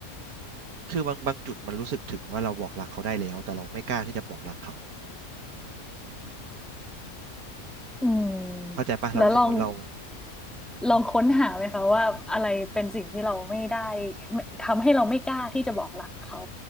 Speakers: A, on the right; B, in the centre.
A: คือบางบางจุดมันรู้สึกถึงว่าเราบอกรักเขาได้แล้วแต่เราไม่กล้าที่จะบอกรักเขา
B: อืม
A: เข้าใจปะเรารู้สึกว่าเรา
B: แล้วลอง
A: อืม
B: ลองค้นหาไหมคะว่าอะไรเป็นสิ่งที่เราไม่ได้ไม่ทำให้เราไม่กล้าที่จะบอกรักเขา